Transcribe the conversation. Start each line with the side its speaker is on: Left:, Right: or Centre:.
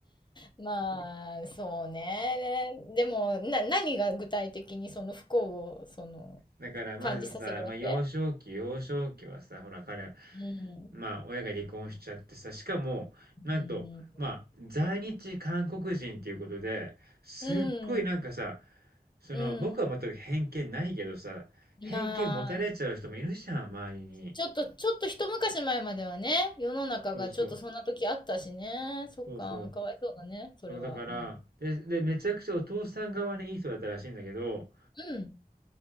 Left: まあ、そうね。でも、な、何が具体的にその不幸を、その、
Right: だからまずさ、
Left: 感じさせるわけ
Right: まあ幼少期、幼少期はさ、ほら彼は、
Left: うん。
Right: まあ親が離婚しちゃってさ、しかも、なんと、
Left: うん。
Right: まあ在日韓国人っていうことで、すっごいなんかさ、
Left: うん。
Right: その僕は全く偏見ないけどさ、
Left: うん
Right: 偏見持たれちゃう人もいるじゃん、
Left: いやー、
Right: 周りに。
Left: ちょっと、ちょっと一昔前まではね、世の中がちょっとそんな時あったしね。
Right: そうそう、
Left: そっか、
Right: そうそう。
Left: かわいそうだね、それは。
Right: そうだから、
Left: うん。
Right: で、で、めちゃくちゃお父さん側にいい人だったらしいんだけど、
Left: うん。